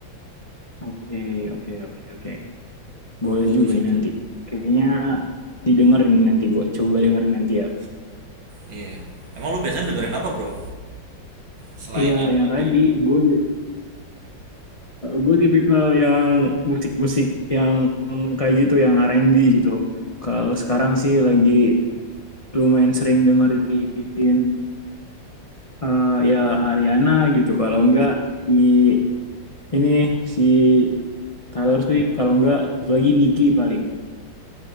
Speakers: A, on the left; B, on the right.
A: Oke, oke, oke, oke. Boleh
B: Bagus
A: juga nih
B: itu.
A: nanti. Kayaknya didengerin nanti gue. Coba dengerin nanti ya.
B: Iya. Emang lu biasanya dengerin apa, Bro? Selain
A: Iya,
B: yang
A: yang
B: tadi.
A: tadi gue gue tipikal yang musik-musik yang kayak gitu, yang R&B gitu. Kalau sekarang sih lagi lumayan sering dengerin eh, ya Ariana gitu. Kalau enggak si ini si Taylor Swift. Kalau enggak satu lagi Nicki paling.